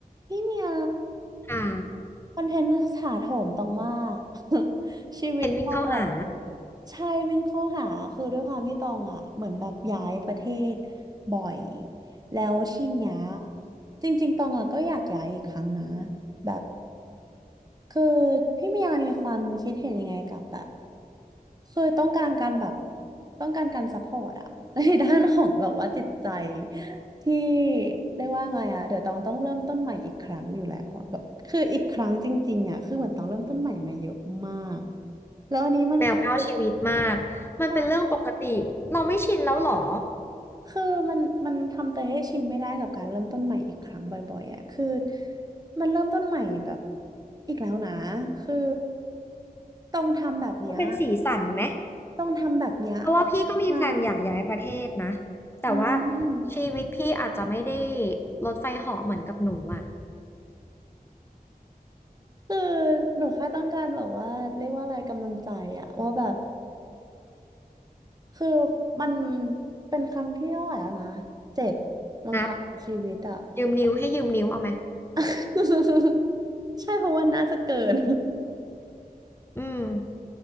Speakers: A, on the right; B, on the left.
A: พี่เมีย
B: หา
A: คอนเทนต์ถาโถมต้องมาก <laughs> ชีวิตตองอะ
B: คอนเทนต์วิ่งเข้าหา
A: ใช่วิ่งเข้าหาคือด้วยความที่ตองอ่ะเหมือนแบบย้ายประเทศบ่อยแล้วที่เนี้ยจริงๆตองอ่ะก็อยากย้ายอีกครั้งนะแบบคือพี่เมียมีความคิดเห็นยังไงกับแบบ เคยต้องการการแบบต้องการการซัพพอร์ตอะ <laughs> ในด้านของแบบว่าจิตใจที่เรียกว่าไงอะเดี๋ยวตองต้องเริ่มต้นใหม่อีกครั้งอยู่แล้วอะแบบคืออีกครั้งจริงๆอะคือเหมือนตองเริ่มต้นใหม่มาเยอะมากแล้วอันนี้มันคือ
B: แมวเก้าชีวิตมากมันเป็นเรื่องปกติเราไม่ชินแล้วหรอ
A: ใช่คือมันมันทำใจให้ชินไม่ได้กับการเริ่มต้นใหม่อีกครั้งบ่อยๆอะคือมันเริ่มต้นใหม่แบบอีกแล้วนะคือต้องทำแบบเนี้ย
B: ก็เป็นสีสันไหม
A: ต้องทำแบบเนี้ย
B: เพราะว่าพี่ก็มีแพลนอยากย้ายประเทศนะ
A: มา
B: แต่ว่า
A: อืม
B: ชีวิตพี่อาจจะไม่ได้รถไฟเหาะเหมือนกับหนูอ่ะ
A: คือหนูแค่ต้องการแบบว่าเรียกว่าอะไรกำลังใจอะว่าแบบคือมันเป็นครั้งที่เท่าไหร่แล้วนะเจ็ดมั้งคะของชีวิตอะ
B: นับยืมนิ้วให้ยืมนิ้วเอาไหม
A: <laughs> ใช่เพราะว่าน่าจะเกิน
B: อืม